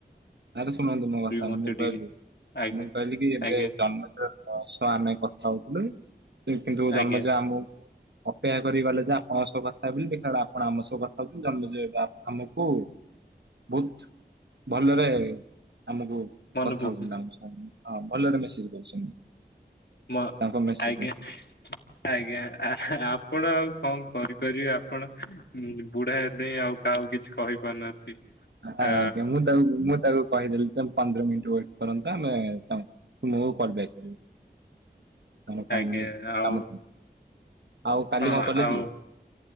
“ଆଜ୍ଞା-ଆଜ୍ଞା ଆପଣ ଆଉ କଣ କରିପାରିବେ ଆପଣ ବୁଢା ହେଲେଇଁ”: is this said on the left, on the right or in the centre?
Left